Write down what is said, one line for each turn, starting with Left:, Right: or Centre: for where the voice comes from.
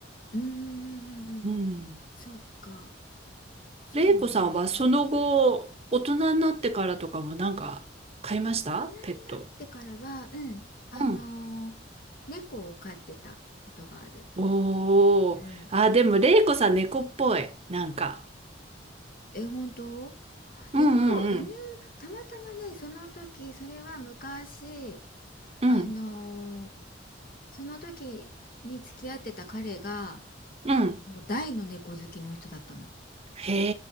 Left: うんうんうんうん。
Right: うん。
Left: そっか。そうね。
Right: 玲子さんはその後、大人になってからとかもなんか買いましたペット。
Left: 大人になってからは、うん。あのー
Right: うん。
Left: 猫を飼ってたことがある。
Right: おー。
Left: うん
Right: あ、でも、れいこさん猫っぽい。なんか。
Left: え、本当
Right: うんうん
Left: 犬が、犬、たまたまね、その時、それは昔、
Right: うん。
Left: あのー
Right: うん。
Left: その時に付き合ってた彼が、
Right: うん。
Left: もう大の猫好きの人だったの。
Right: へ